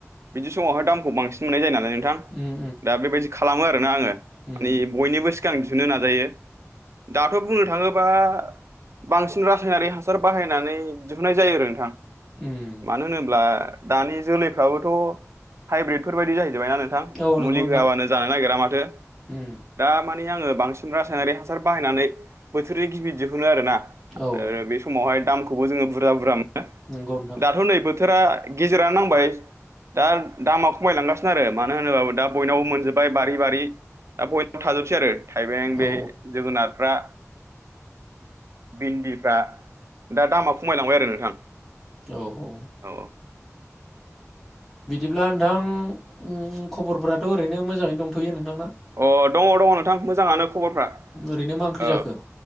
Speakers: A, on the right; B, in the centre.
A: बिदि समावहाय दामखौ बांसिन मोननाय जायो नालाय नोंथां
B: उम
A: दा बेबायदि खालामो आरोना आङो
B: उम
A: माने बय निबो सिगां दिहुननो नाजायो। दाथ' बुंनो थाङोबा बांसिन रासायनारि हासार बाहायनानै दिहुनो नोंथां
B: उम
A: मानो होनोब्ला दानि जोलैफ्राबोथ'
B: उम
A: हाइब्रिदफोर बायदि जाहैजोबबाय ना नोंथां
B: औ नंगौ
A: मुलि
B: नोंथां
A: होआबानो जानो नागिरा माथो।
B: उम
A: दा मानि आङो बांसिन रासायनारि हासार बाहायनानै बोथोरनि गिबि दिहुनो आरो ना। ओ
B: औ
A: बे समावहाय दामखौबो जोङो बुरजा बुरजा मोनो।
B: नंगौ नोंथां
A: दाथ' नै बोथोरा गेजेरानो नांबाय। दा दामा खमायलांगासिनो आरो मानो होनोबाबो दा बयनावबो मोनजोबबाय बारि बारि। दा बयनावबो थाजोबसै आरो थाइबें बे
B: औ
A: जोगोनारफ्रा भिन्दिफ्रा दा दामा खमायलांबाय आरो नोंथां।
B: औ औ
A: औ।
B: बिदिब्ला नोंथां ओंम खबरफोराथ' ओरैनो मोजाङै दंथ'यो नोंथांना?
A: अ दङ' दङ' नोंथां मोजाङानो खबरफ्रा।
B: ओरैनो मा ओंख्रि
A: ओ।
B: जाखो?